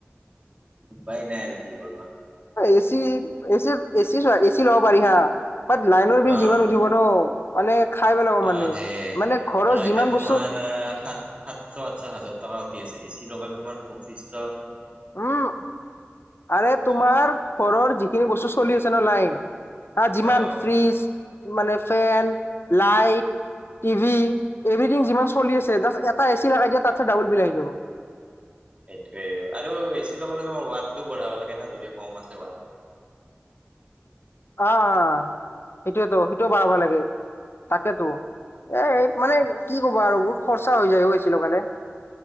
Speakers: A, on the right; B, on the left.
A: উপাই নাই আৰু কি কৰিবা।
B: A C A C AC so A C ল'ব পাৰি হা বাট লাইনৰ বিল
A: অ'।
B: যিমান উঠিব ন। ল মানে
A: অ', সেয়ে
B: মানে। ঘৰৰ
A: ধৰা
B: যিমান
A: এতিয়া তোমাৰ
B: বস্তু
A: সাত সাতশ সাতশ হাজাৰ টকা উঠি আছে। ই লগালে তোমাৰ পশিচটা।
B: উম আৰে তোমাৰ
A: টকা।
B: ঘৰৰ যিখিনি বস্তু চলি আছে ন লাইন্ হা যিমান
A: অ'।
B: ফ্ৰিজ মানে ফেন লাইট। টিভি এভ্ৰিথিং যিমান চলি আছে জাষ্ট এটা এ চি লগাই দিয়ে তাৰপিছত ডাবল বিল আহি যাব।
A: সেইটোৱে আৰু এ চি লগাবলৈ তোমাৰ ৱাটটো বঢ়াব লাগে ন যদি কম আছে ৱাট।
B: অ অ সেইটোৱেতো সেইটোও বঢ়াব লাগে। তাকেতো এ মানে কি কব আৰু বহুত খৰচা হৈ যায় গৈছিলো কানে।